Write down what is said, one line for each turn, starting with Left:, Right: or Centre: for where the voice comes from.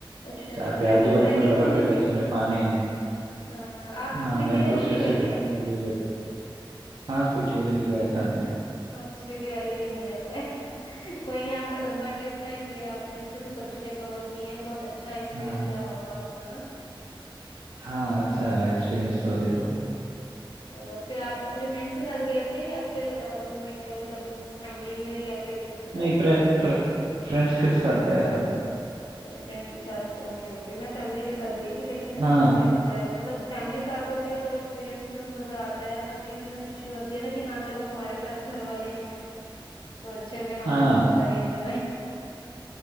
Left: अच्छा अच्छा
Right: जहाँ पे
Left: ट्रैकिंग
Right: आजू बाजू
Left: ट्रैकिंग
Right: में बर्फ
Left: हमने
Right: है बीच
Left: नहीं
Right: में
Left: किया
Right: पानी है
Left: हाँ हाँ आप
Right: हाँ
Left: स्पीति
Right: मैं
Left: वैली
Right: तो स्पेशल
Left: भी गए
Right: ट्रैकिंग
Left: थे
Right: के लिए गया था हाँ स्पीति वैली भी गया था मैं
Left: हम स्पीति वैली भी नहीं जा पाए <laughs> कोई नहीं आपका लंबा ट्रिप था इसलिए आपने अच्छे से सब चीजें कवर की हैं बहुत अच्छा एक्सपीरियंस
Right: हाँ
Left: रहा होगा आपका ना
Right: हाँ अच्छा एक्सपीरियंस तो अभी तो
Left: चलो फिर आप अपने फ्रेंड्स के साथ गए थे या फिर रूममेट मतलब फैमिली में या फिर किसके साथ
Right: नहीं फ्रेंड फ्रेंड्स के साथ गया था मैं
Left: अच्छा फ्रेंड्स के साथ ओके ओके मैं फैमिली के साथ गई थी लेकिन अच्छा
Right: हाँ
Left: ट्रिप था मतलब फैमिली साथ होती है तो एक्सपीरियंस में भी मजा आता है हर चीज में खुशी होती है ना कि हाँ चलो हमारे साथ घर वाले हैं तो अच्छे से हम
Right: हाँ
Left: करें एंजॉय <laughs>